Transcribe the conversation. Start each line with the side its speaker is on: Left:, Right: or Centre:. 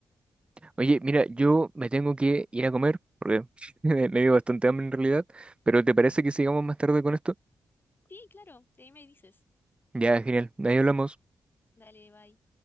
Right: Oye, mira, yo me tengo que ir a comer, porque <laughs> me, me dio bastante hambre en realidad, pero ¿te parece que sigamos más tarde con esto?
Left: Sí, claro, de ahí me dices.
Right: Ya, genial, ahí hablamos.
Left: Dale, bye.